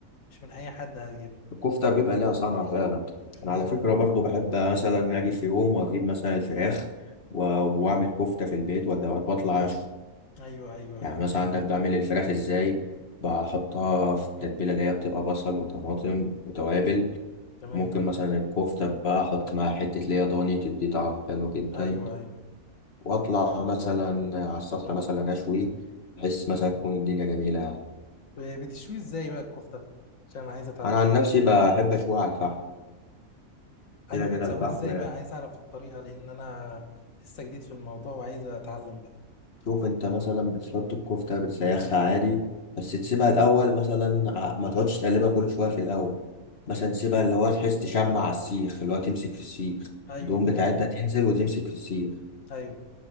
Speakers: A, on the left (about 75°); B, on the left (about 50°).
A: مش من اي حد هتجيبها
B: الكفته بيبقى ليها صنعه فعلا
A: بالظبط
B: انا على فكره
A: اه
B: برضو بحب مثلا اجي في يوم واجيب مثلا الفراخ و- واعمل كفته في البيت وأت- واطلع
A: ايوه ايوه
B: يعني
A: ايوه فهمت
B: مثلا عندك بعمل الفراخ ازاي بحطها في التتبيله اللي هي بتبقى بصل وطماطم وتوابل
A: تمام
B: وممكن مثلا الكفته بقى احط معاها حته ليا ضاني تدي طعم حلو جدا
A: ايوه ايوه
B: واطلع مثلا على السفره مثلا اشوي بحس مثلا تكون الدنيا جميله
A: ب- بتشوي ازاي بقى الكفته عشان انا عايز اتعلمه
B: انا عن نفسي بحب اشوي على الفحم
A: ايوه
B: كده كده
A: بتسويه
B: الفحم
A: ازاي بقى عايز اعرف الطريقه لان انا لسه جديد في الموضوع وعايز اتعلم بقى
B: شوف انت مثلا بتحط الكفتة بتسيخها عادي بس
A: مم.
B: تسيبها الأول مثلا ع- ما تقعدش تقلبها كل شوية في الأول مثلا سيبها اللي هو تحس تشمع على السيخ اللي هو تمسك في السيخ
A: ايوه
B: الدهون
A: فهمت
B: بتاعتها تنزل وتمسك في السيخ
A: ايوه